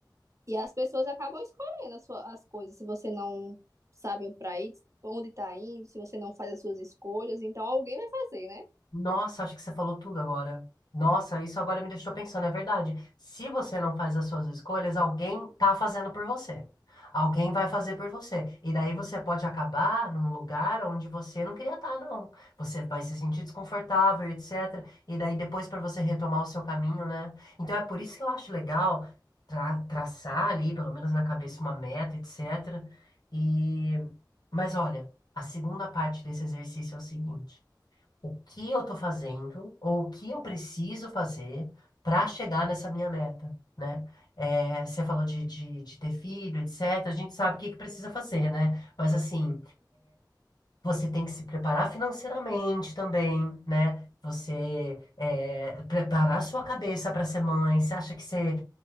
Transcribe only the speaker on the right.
E as pessoas acabam escolhendo as, sua- as coisas, se você não sabe onde para ir, onde tá indo, se você não faz as suas escolhas, então alguém vai fazer, né?